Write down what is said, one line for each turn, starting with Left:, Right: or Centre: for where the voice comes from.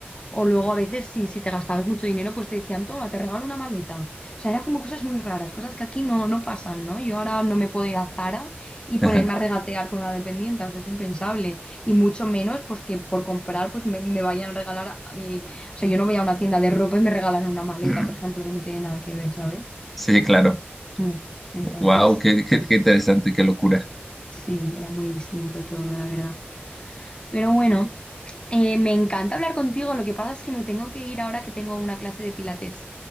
Left: O luego a veces si si te gastabas mucho dinero, pues te decían, toma, te regalo una maleta. O sea, eran como cosas muy raras, cosas que aquí no, no pasan, ¿no? Yo ahora no me puedo ir a Zara y ponerme
Centre: Ajá.
Left: a regatear con una dependiente, o sea, es impensable. Y mucho menos, pues que por comprar, pues me, me vayan a regalar. Y, o sea, yo no voy a una tienda de ropa y me regalan una maleta,
Centre: <clears throat>
Left: por ejemplo, que no tiene nada que ver, ¿sabes?
Centre: Sí, claro.
Left: Mm. Entonces,
Centre: Wow, qué, qué, qué interesante, qué locura.
Left: sí, era muy distinto todo, la verdad. Pero bueno, eh, me encanta hablar contigo. Lo que pasa es que me tengo que ir ahora que tengo una clase de pilates.